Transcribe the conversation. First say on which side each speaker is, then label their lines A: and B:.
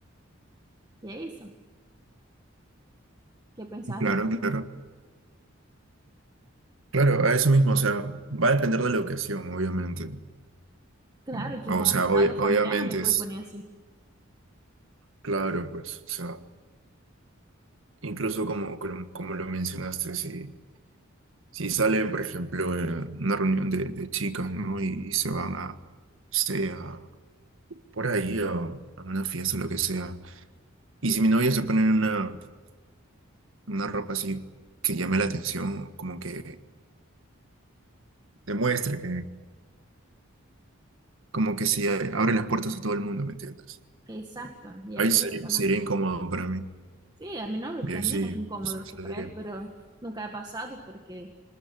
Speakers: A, on the right; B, on the right.
A: Y es eso. que pensar
B: Claro,
A: eso.
B: claro. Claro, a eso mismo, o sea, va a depender de la ocasión, obviamente.
A: Claro
B: Mm,
A: que
B: O
A: un
B: sea,
A: asado
B: obvia-
A: familiar
B: obviamente
A: no me voy
B: es
A: a poner así.
B: claro, pues, o sea, incluso como, como, como lo mencionaste, si, si salen, por ejemplo, eh, una reunión de, de chicas, ¿no? Y, se van a, sea, por ahí, a, a una fiesta o lo que sea. Y si mi novia se pone una, una ropa así que llame la atención, como que demuestre que, como que si abre las puertas a todo el mundo, ¿me entiendes?
A: Exacto, y
B: Ahí
A: ahí creo
B: sí,
A: que está
B: sería
A: mal.
B: incómodo para mí.
A: Sí, a mi novio
B: Y
A: también
B: ahí sí,
A: es incómodo
B: o sea,
A: esto
B: se
A: para
B: lo diría.
A: él, pero nunca ha pasado porque